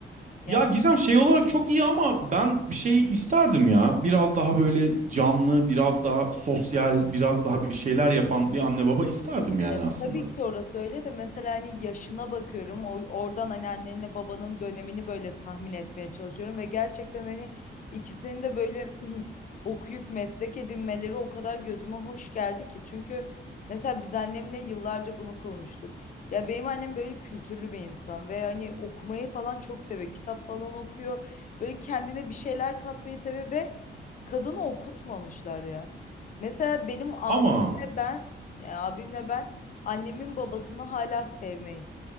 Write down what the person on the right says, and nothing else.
Ya Gizem şey olarak çok iyi ama ben bir şey isterdim ya. Biraz daha böyle canlı, biraz daha sosyal, biraz daha bir şeyler yapan bir anne baba isterdim yani
aslında.
Ama